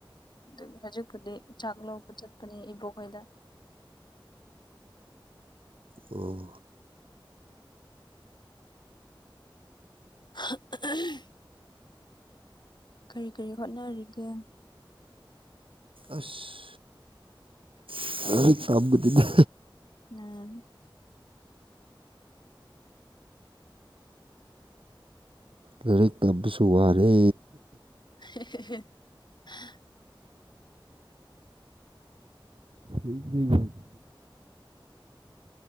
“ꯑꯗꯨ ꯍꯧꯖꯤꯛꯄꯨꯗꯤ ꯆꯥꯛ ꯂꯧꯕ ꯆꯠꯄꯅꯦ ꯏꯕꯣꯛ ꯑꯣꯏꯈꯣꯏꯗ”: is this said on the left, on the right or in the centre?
Left